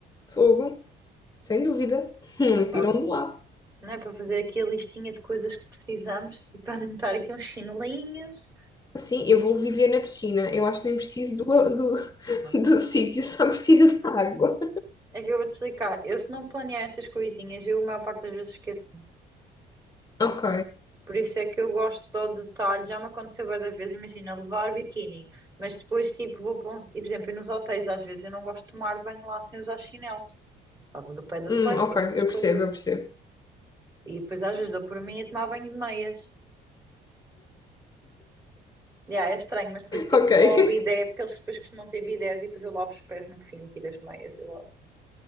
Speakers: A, on the left; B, on the right.
A: Fogo. Sem dúvida. <laughs>
B: Não tá-
A: Tiram de lá.
B: não é para fazer aqui a listinha de coisas que precisamos e para anotar aqui uns chinelinhos.
A: Sim, eu vou viver na piscina. Eu acho que nem preciso do, do, <laughs>
B: Ah,
A: do sítio, só preciso da água.
B: É que eu vou-te explicar. Eu, se não planear estas coisinhas, eu a maior parte das vezes esqueço.
A: Ok.
B: Por isso é que eu gosto do detalhe. Já me aconteceu bué da vez, imagina, levar biquíni, mas depois, tipo, vou para um... E, por exemplo, nos hotéis, às vezes, eu não gosto de tomar banho lá sem usar chinelos, por causa do pé de
A: Hum,
B: atleta
A: ok,
B: e essas
A: eu
B: coisas.
A: percebo, eu percebo.
B: E depois, às vezes, dou por mim a tomar banho de meias. Já, é estranho, mas depois, tipo,
A: Ok. <laughs>
B: vou ao bidé, porque eles depois costumam ter bidés e depois eu lavo os pés no fim, tiro as meias e lavo.